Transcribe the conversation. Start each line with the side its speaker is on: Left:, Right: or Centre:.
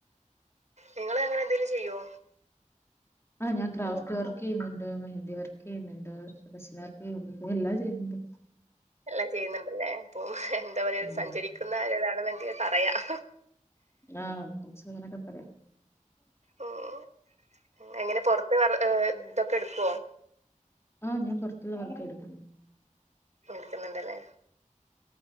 Right: നിങ്ങള് അങ്ങനെ ന്തേലും ചെയ്യോ
Left: ആഹ് ഞാൻ ക്രാഫ്റ്റ് വർക്ക് യ്യുന്നുണ്ട് മെഹന്ദി വർക്ക് ചെയ്യുന്നുണ്ട് ഉം എല്ലാം ചെയ്യുന്നുണ്ട്
Right: എല്ലാം ചെയ്യുന്നുണ്ടല്ലേ അപ്പൊ എന്താ പറയാ
Left: ഉം
Right: സഞ്ചരിക്കുന്ന ഒരു ഇതാണന്നൊക്കെ പറയാം
Left: ആഹ് കൊറച്ചു <unintelligible> നൊക്കെ പറയാ
Right: ഉം എങ്ങനെ പൊറത്ത് വേറെ തൊക്കെ എടുക്കുവോ
Left: ആഹ് ഞാൻ പൊറത്തുള്ള വർക്ക് എടുക്കുന്നുണ്ട്
Right: എടുക്കുന്നുണ്ടല്ലേ